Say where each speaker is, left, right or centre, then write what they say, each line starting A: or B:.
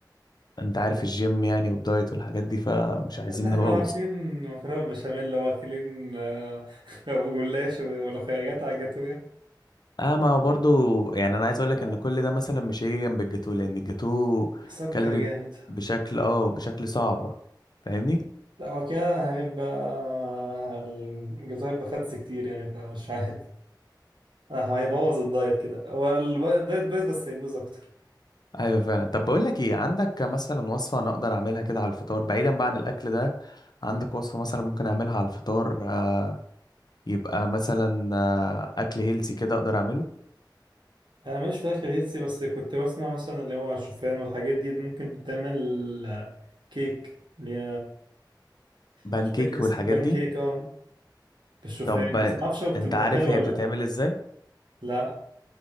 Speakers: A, on the left; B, on the right.
A: انت عارف الجيم يعني والدايت والحاجات دي فمش عايزين
B: لا ده احنا
A: نبوظ
B: واكلين مكرونه بشاميل واكلين آه، <laughs> ابو جلاش وملوخيات على الجاتو يعني
A: اه ما هو برضو يعني انا عايز اقولك
B: لا،
A: ان كل ده مثلا مش هيجي جنب الجاتو لان الجاتو
B: مسكر
A: كالوري
B: جامد
A: بشكل اه بشكل صعب فاهمني
B: لا هو كده هيبقى آه، الجاتو هيبقى فاتس كتير يعني فمش عارف اه هو هيبوظ الدايت كده هو الب- الدايت بايظ بس هيبوظ اكتر
A: ايوه فعلا طب بقول لك ايه عندك مثلا وصفه انا اقدر اعملها كده على الفطار بعيدا بقى عن الاكل ده عندك وصفه مثلا ممكن اعملها على الفطار آه يبقى مثلا آه اكل هيلسي كده اقدر اعمله
B: انا ماليش في الاكل الهيلثي بس كنت بسمع مثلا اللي هو الشوفان والحاجات دي ممكن تتعمل آه، كيك اللي هي
A: بانكيك
B: مش فاكر اسمه
A: والحاجات
B: بان
A: دي
B: كيك اه بالشوفان
A: طب آه،
B: بس ما اعرفش هو بتبقى
A: انت عارف
B: حلوه
A: هي
B: ولا
A: بتتعمل
B: لا
A: ازاي
B: لا